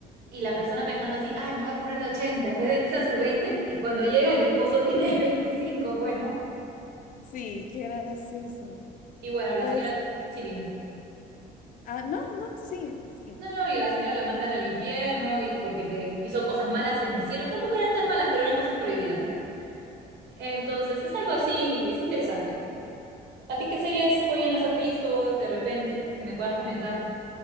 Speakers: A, on the right; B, on the left.
A: Y la persona pensando así, ay, me va a poner de 80 en vez de irse a sus veinte Y cuando llega el esposo tiene <laughs> 25, pues, ¿no?
B: sí, qué gracioso.
A: Y bueno, la
B: Pues,
A: señora, sí, dime.
B: ah, no, no, tú sigue, sigue.
A: No, no, y a la señora la mandan al infierno y porque se hizo cosas malas en el cielo. Tampoco eran tan malas, pero eran cosas prohibidas, ¿no? Entonces, es algo así, es interesante. ¿A ti qué series coreanas has visto de repente que me puedas comentar?